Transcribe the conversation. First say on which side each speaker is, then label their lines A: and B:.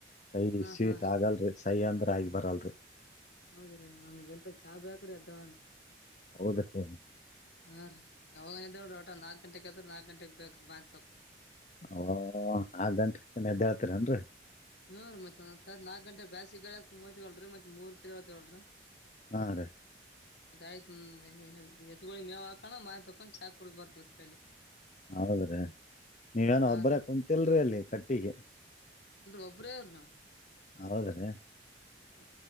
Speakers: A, on the left; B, on the left.
A: ಸೈ
B: ಹಾ
A: ಸ್ವೀಟ್
B: ಹಾ
A: ಆಗಲ್ರರಿ ಸೈಯ ಅಂದ್ರ ಆಗಿ ಬರಲ್ರರಿ
B: ಹೌದ್ರೀ ನಮ್ಗೆ ಎಲ್ಟ ಚಾ ಬೇಕ್ರಿ ಅದ್ದಾನ
A: ಹೌದ್ರಿ
B: ಹಾ ರೀ ಯಾವಾಗನ್ರ ರಟ ನಾಕಕ್ ಗಂಟೆಗೆತ್ ನಾಕಕ್ ಗಂಟೆಗೆಗ್ ಬೇಕ್ರೀ ಮಾರ
A: ಓ ಆ ಗಂಟೆ ಎದ್ದೇಳ್ತೀರನ್ರರಿ
B: ಹ್ಮ್ರಿ ಮತ್ತತ್ ಒಂದ್ಸರ್ ನಾಕಕ್ ಗಂಟ ಬಾಸಿ ಗಳಕ್ ಮು್ವಳರರಿ ಮತ್ತತ್ ಮೂರ್ ಕಲ ಹೊವಳರರಿ
A: ಹಾ ರೀ
B: ಅದ್ ಆಯ್ತು ಎತ್ ಮೇವ್ ಹಾಕಣ ಮಾರಿ ತಕೊಂಡ್ ಚಾಕ್ ಕುಡ ಬರ್ತವ ರೀ ಪಾಯಿ
A: ಹೌದ್ರಿ ನೀವೇನ
B: ಹಾ
A: ಒಬ್ಬರೇ
B: ರೀ
A: ಕುಂತಲ್ರಿ ಅಲ್ಲಿ ಕಟ್ಟಿಗೆ
B: ಒಬ್ಬರೇರ್ಜ
A: ಹೌದ್ರೀ
B: ಹ